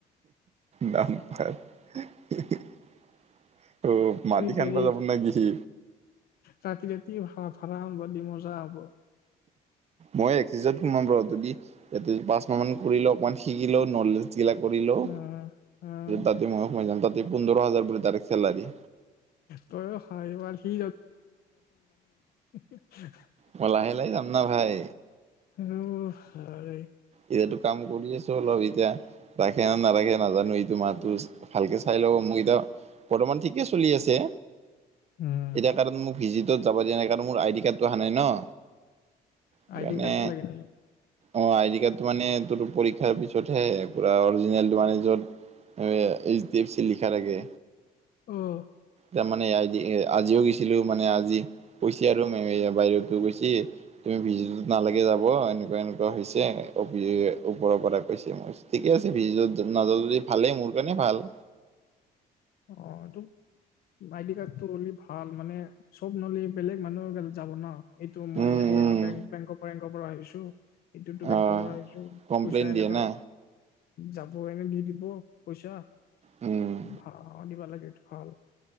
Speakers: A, on the right; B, on the left.
A: দাম পাৰ। ও, মাটি
B: হেৰি
A: খান্দিব যাব নে কি সি?
B: ৰাতি ৰাতি ভা ভাড়াব <unintelligible> দি মজা হ'ব
A: মই এক্সচিত সোমাম ৰহ, যদি পাঁচ মাহ মান কৰিলোঁ, অকমান শিকিলওঁ নলেজ। গিলা কৰিলও,
B: উম উম
A: তাতে মই সোমাই যাম তাতে পোন্ধৰ হাজাৰ বুলি তাৰে ডাইৰেক্ট চেলাৰী।
B: তয়ো হয়বাৰ সি <unintelligible>
A: মই লাহে লাহে যাম না ভাই?
B: আৰু ভাই।
A: এতিয়াটো কাম কৰি আছো অলপ, এতিয়া ৰাখে ন নাৰাখে নাজানো তোমাৰটো ভালকে চাই লবা, মোৰ এতিয়া বৰ্তমান ঠিকে চলি আছে।
B: উম।
A: সেইকাৰণ মোক ভিজিটত যাব দিয়া নাই কাৰন মোৰ আইদি কাৰ্ডটো আহা নাই ন'। সেইকাৰণে
B: আইডি কাৰ্ডটো লাগে নেকি
A: মোৰ আইডি কাৰ্ড ত' মানে ততো পৰীক্ষাৰ পিছতহে পুৰা অৰিজিনেলটো মানে য'ত এচ ডি এফ চি লিখা থাকে।
B: অ'।
A: তাৰমানে আ, আজিও গৈছিলোঁ, মানে আজি কৈছে আৰু মেমে বাইদেউহতে কৈছে। তুমি ভিজিটত নালাগে যাব, এনেকুৱা এনেকুৱা হৈছে। অ' ওপৰৰ পৰা কৈছে, ঠিকে আছে ভিজিটত নাযাওঁ যদি ভালে, মোৰ কাৰণে ভাল।
B: অ' তোক আই ডি কাৰ্ডটো হ'লি ভাল, মানে চব নহ'লি বেলেগ মানুহে যাব ন'। এইটো মই
A: উম
B: এইয়া
A: উম
B: বেংক, বেংকৰ পৰ পৰা আহিছোঁ। এইটোতো বেংকৰপৰা
A: অ
B: আহিছোঁ,
A: কমপ্লেইন
B: পইচা এনেকা
A: দিয়ে না
B: যাব টাইমে দি দিব পইচা।
A: উম।
B: ভা, দিবা লাগে এইটো ভাল।